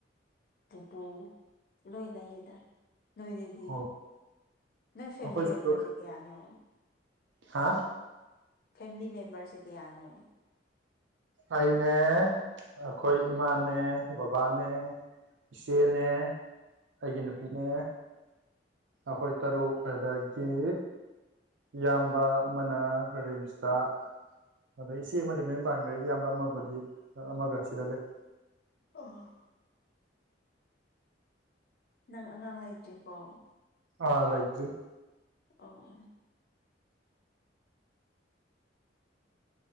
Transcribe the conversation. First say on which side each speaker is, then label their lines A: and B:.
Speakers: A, on the left; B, on the right.
A: ꯄꯨꯄꯨ ꯂꯣꯏ ꯂꯩꯏꯗ ꯅꯣꯏꯗꯤ
B: ꯑꯣ
A: ꯅꯣꯏ ꯐꯦꯃꯤꯂꯤ
B: ꯑꯩꯈꯣꯏꯁꯨ
A: ꯃꯦꯝꯕꯔꯁꯤ ꯀꯌꯥꯅꯣ
B: ꯍꯥ
A: ꯐꯦꯃꯤꯂꯤ ꯃꯦꯝꯕꯔꯁꯤ ꯀꯌꯥ ꯅꯣ
B: ꯑꯩꯅꯦ ꯑꯩꯈꯣꯏ ꯏꯃꯥꯅꯦ ꯕꯕꯥꯅꯦ ꯏꯆꯦꯅꯦ ꯑꯩꯒꯤ ꯅꯨꯄꯤꯅꯦ ꯑꯩꯈꯣꯏ ꯇꯔꯨꯛ ꯑꯗꯒꯤ ꯏꯌꯥꯝꯕ ꯑꯃꯅ ꯔꯤꯝꯁꯇ ꯑꯗ ꯏꯆꯦ ꯑꯃꯗꯤ ꯃꯌꯨꯝ ꯄꯥꯏꯈ꯭ꯔꯦ ꯏꯌꯥꯝꯕ ꯑꯃꯕꯨꯗꯤ ꯑꯃꯒ ꯁꯤꯗ ꯂꯩ
A: ꯑꯥ ꯅꯪ ꯑꯉꯥꯡ ꯂꯩꯇꯦꯀꯣ
B: ꯑꯥ ꯂꯩꯇꯔꯤ
A: ꯑꯣ